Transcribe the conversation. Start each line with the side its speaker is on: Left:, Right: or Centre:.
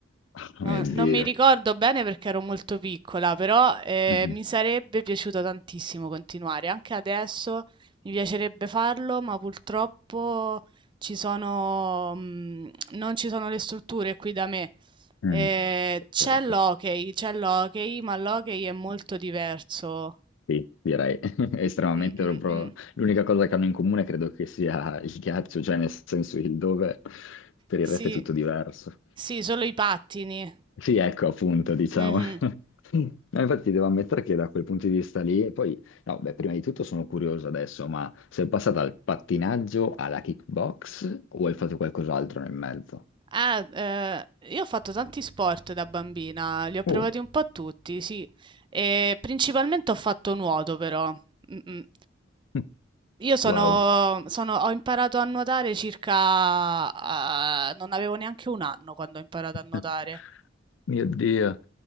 Left: <laughs>
Right: No-
Left: Oh, mio Dio.
Right: non mi ricordo bene perché ero molto piccola, però eh,
Left: Mhm.
Right: mi sarebbe piaciuto tantissimo continuare. Anche adesso mi piacerebbe farlo, ma purtroppo ci sono, mh, non ci sono le strutture qui da me.
Left: Mm.
Right: Eh, c'è
Left: Certo.
Right: l'hockey, c'è l'hockey, ma l'hockey è molto diverso.
Left: Sì, direi <laughs> estremamente
Right: Mm, mm,
Left: proprio.
Right: mm.
Left: L'unica cosa che hanno in comune credo che sia il ghiaccio, cioè nel senso il dove, per
Right: Sì,
Left: il resto è tutto diverso.
Right: sì, solo i pattini.
Left: Sì, ecco appunto, diciamo.
Right: Mhm.
Left: <laughs> No, infatti devo ammettere che da quel punto di vista lì, e poi, no, beh, prima di tutto sono curioso adesso, ma sei passata dal pattinaggio alla kickbox o hai fatto qualcos'altro nel mezzo?
Right: Ah, eh, io ho fatto tanti sport da bambina, li ho provati
Left: Oh,
Right: un po' tutti, sì, e principalmente ho fatto nuoto però. Mm-mm.
Left: <laughs>
Right: Io sono,
Left: wow.
Right: sono- ho imparato a nuotare circa... ah, non avevo neanche un anno quando ho imparato a nuotare.
Left: <laughs> Mio Dio.